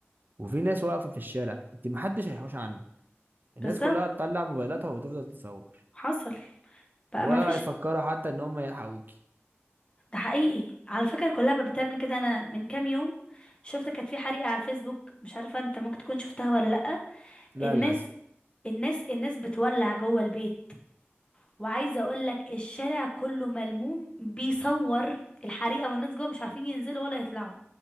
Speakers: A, on the right; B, on the left.
A: وفي ناس واقفة في الشارع أنت محدش هيحوش عنك الناس
B: بالظبط
A: كلها تطلع موبايلاتها وتفضل تصور
B: حصل بقى
A: ولا
B: ما فيش
A: هيفكروا حتى إن هم يلحقوكي
B: ده حقيقي على فكرة كلها بقى بتعمل كده انا من كام يوم شفت كانت في حريقة على الفيسبوك مش عارفة انت ممكن تكون شفتها ولا لأ
A: لا
B: الناس
A: للأسف
B: الناس الناس بتولع جوه البيت وعايزه اقول لك الشارع كله ملموم بيصور الحريقه والناس جوه مش عارفين ينزلوا ولا يطلعوا